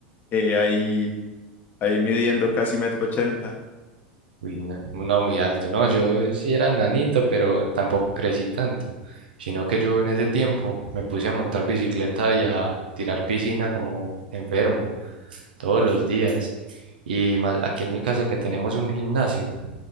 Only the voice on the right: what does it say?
Uy, no, no, muy alto. No, yo eh, sí era nanito, pero tampoco crecí tanto. Sino que yo en ese tiempo me puse a montar bicicleta y a tirar piscina como enfermo, todos los días. Y más aquí en mi casa que tenemos un gimnasio.